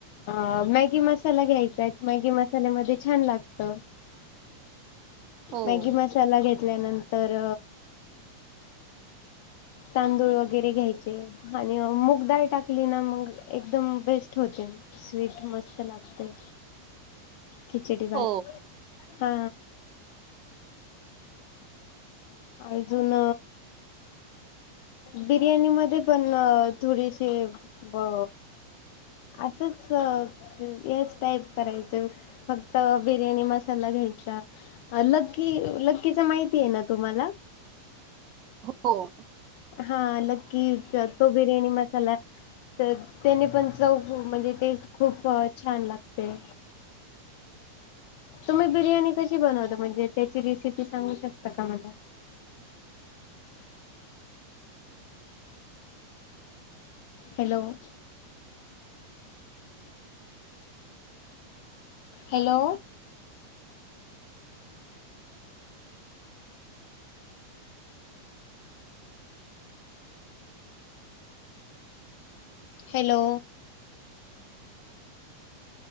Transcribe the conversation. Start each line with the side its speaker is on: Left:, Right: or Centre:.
Left: अ मॅगी मसाला घ्यायचाय मॅगी मसाल्यामध्ये छान लागत.
Right: हो
Left: मॅगी मसाला घेतल्यानंतर तांदूळ वगैरे घ्यायचे. आणि मगदाय टाकली ना मग एकदम बेस्ट होते. स्वीट मस्त लागते. खिचडी बात
Right: हो
Left: हा. अजून बिर्याणी मध्ये पण थोडेसे अ असंच हेच टाईप करायचं. फक्त बिर्याणी मसाला घ्यायचा लकी लक्कीचा माहिती आहे ना? तुम्हाला?
Right: हो. <unintelligible>
Left: हा लकी तो बिर्याणी मसाला तर त्याने पण चव म्हणजे टेस्ट खूप छान लागते. तुम्ही बिर्याणी कशी बनवता म्हणजे त्याची रेसिपी सांगू शकता का मला? हॅलो. हॅलो. हॅलो.